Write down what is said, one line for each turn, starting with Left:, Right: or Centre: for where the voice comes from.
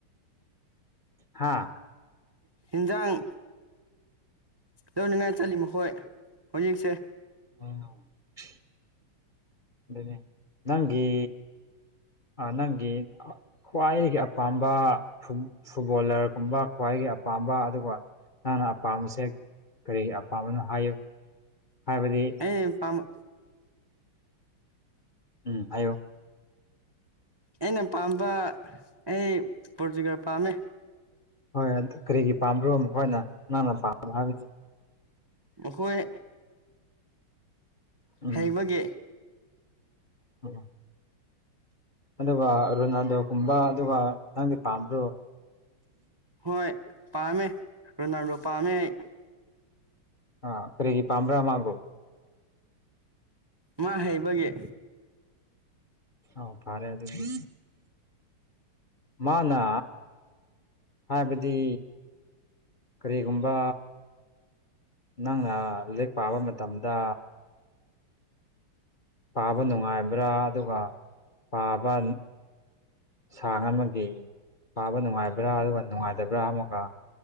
Left: ꯍꯥꯥ
Right: ꯏꯟꯖꯥꯡ ꯂꯧꯅꯤꯡꯉꯥꯏ ꯆꯠꯂꯤ ꯃꯈꯣꯏ ꯍꯧꯖꯤꯛꯁꯦ
Left: <unintelligible> ꯑꯗꯨꯅꯦ ꯅꯪꯒꯤ ꯑ ꯅꯪꯒꯤ ꯈ꯭ꯋꯥꯏꯗꯒꯤ ꯑꯄꯥꯝꯕ ꯐꯨꯠꯕꯣꯂꯔꯒꯨꯝꯕ ꯈ꯭ꯋꯥꯏꯒꯤ ꯑꯄꯥꯝꯕ ꯑꯗꯨꯒ ꯅꯪꯅ ꯑꯄꯥꯝꯕꯁꯦ ꯀꯔꯤ ꯑꯄꯥꯝꯕꯅꯣ ꯍꯥꯏꯌꯨ ꯍꯥꯏꯕꯗꯤ
Right: ꯑꯩ ꯑꯄꯥꯝꯕ
Left: ꯎꯝ ꯍꯥꯏꯌꯣ
Right: ꯑꯩꯅ ꯄꯥꯝꯕ ꯑꯩ ꯄꯣꯇꯨꯒꯜ ꯄꯥꯝꯃꯦ
Left: ꯍꯣꯏ ꯑꯗꯨ ꯀꯔꯤꯒꯤ ꯄꯥꯝꯕ꯭ꯔꯣ ꯃꯈꯣꯏꯅ ꯅꯪꯅ ꯄꯥꯝꯕ ꯍꯥꯏꯕꯗꯤ
Right: ꯃꯈꯣꯏ
Left: ꯎꯝ
Right: ꯍꯩꯕꯒꯤ
Left: ꯎꯝ ꯑꯗꯨꯒ ꯔꯣꯅꯥꯜꯗꯣꯒꯨꯝꯕ ꯑꯗꯨꯒ ꯅꯪꯗꯤ ꯄꯥꯝꯕꯔꫭ
Right: ꯍꯣꯏ ꯄꯥꯝꯃꯦ ꯔꯣꯅꯥꯜꯗꯣ ꯄꯥꯝꯃꯦ ꯑꯩ
Left: ꯑ ꯀꯔꯤꯒꯤ ꯄꯥꯝꯕ꯭ꯔꯥ ꯃꯥꯕꯨ
Right: ꯃꯥ ꯍꯩꯕꯒꯤ
Left: ꯑꯧ ꯐꯔꯦ ꯑꯗꯨꯗꯤ ꯃꯥꯅ ꯍꯥꯏꯕꯗꯤ ꯀꯔꯤꯒꯨꯝꯕ ꯅꯪꯅ ꯂꯥꯏꯔꯤꯛ ꯄꯥꯕ ꯃꯇꯝꯗ ꯄꯥꯕ ꯅꯨꯡꯉꯥꯏꯕ꯭ꯔꯥ ꯑꯗꯨꯒ ꯄꯥꯕ ꯁꯥ ꯑꯃꯒꯤ ꯄꯥꯕ ꯅꯨꯡꯉꯥꯏꯕ꯭ꯔꯥ ꯑꯗꯨꯒ ꯅꯨꯡꯉꯥꯏꯇꯕ꯭ꯔꯥ ꯑꯃꯒ